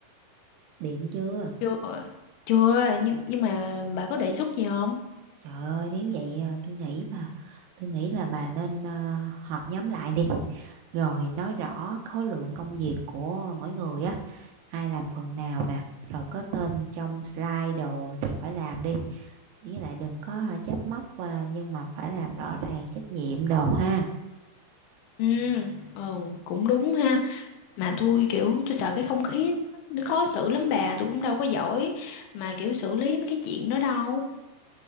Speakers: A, on the right; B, on the left.
A: điện chưa
B: Chưa, chưa, nhưng nhưng mà bà có đề xuất gì không?
A: trời ơi nếu vậy ờ, tôi nghĩ mà tôi nghĩ là bà nên ờ, họp nhóm lại đi rồi nói rõ khối lượng công việc của mỗi người á ai làm phần nào nè rồi có tên trong slide đồ thì phải làm đi với lại đừng có à, trách móc và nhưng mà phải làm rõ ràng trách nhiệm đồ ha
B: Ừ, ừ, cũng đúng ha, mà tôi kiểu tôi sợ cái không khí nó khó xử lắm bà, tôi cũng đâu có giỏi mà kiểu xử lý mấy cái chuyện đó đâu.